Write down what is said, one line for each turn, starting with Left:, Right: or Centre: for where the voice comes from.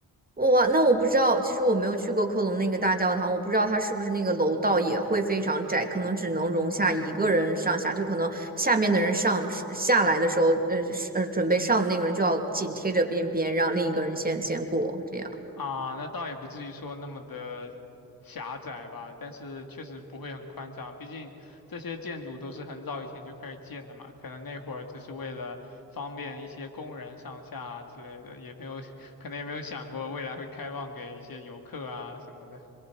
Right: 哇，那我不知道，其实我没有去过科隆那个大教堂，我不知道它是不是那个楼道也会非常窄，可能只能容下一个人上下，就可能下面的人上下来的时候，呃是呃，准备上的那个人就要紧贴着边边，让另一个人先先过，这样。
Left: 啊，那倒也不至于说那么的狭窄吧，但是确实不会很宽敞，毕竟这些建筑都是很早以前就开始建的嘛，可能那会儿只是为了方便一些工人上下啊之类的，也没有，<laughs> 可能也没有想过未来会开放给一些游客啊什么的。